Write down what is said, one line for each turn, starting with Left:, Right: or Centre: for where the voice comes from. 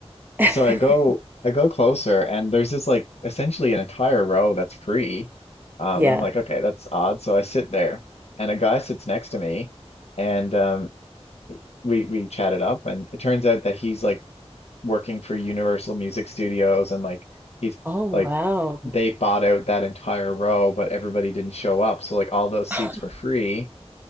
Right: <laughs>
Left: So I go I go closer and there's this like essentially an entire row that's free. Um,
Right: Yeah.
Left: and I'm like, okay, that's odd. So I sit there and a guy sits next to me and um we we chatted up and it turns out that he's like working for Universal Music Studios and like he's
Right: Oh, wow.
Left: like they bought out that entire row, but everybody didn't show up. So like all those
Right: <laughs>
Left: seats were free.